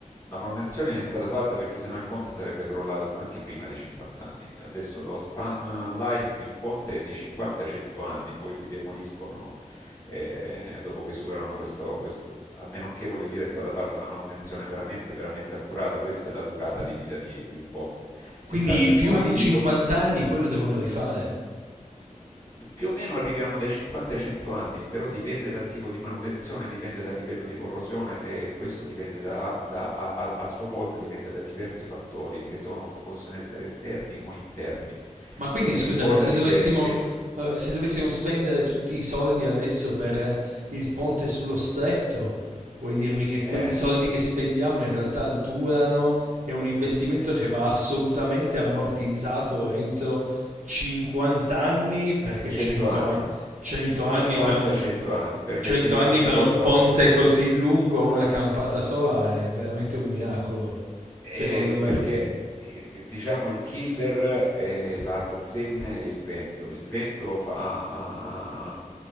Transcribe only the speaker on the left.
la manutenzione è stata fatta perché sennò il ponte sarebbe crollato anche prima dei 50 anni. Adesso lo span life di un ponte è di 50-100 anni, poi li demoliscono eh, dopo che superano questo, questo- a meno che voglio dire è stata fatta una manutenzione veramente, veramente accurata, questa è la durata di vita di, di un ponte.
Nel caso del
Morandi,
come...
Pi- Più o meno arriviamo dai 50 ai 100 anni, però dipende dal tipo di manutenzione, dipende dal livello di corrosione e questo dipende da, da- a, a- a sua volta dipende da diversi fattori che sono- possono essere esterni o interni.
Eh,
ricordati
che ri-
eh,
100 anni,
50-100
anni, per-
perché ti-
ricordo
Eh,
perché il- diciamo il killer è la salsedine e il vento. Il vento fa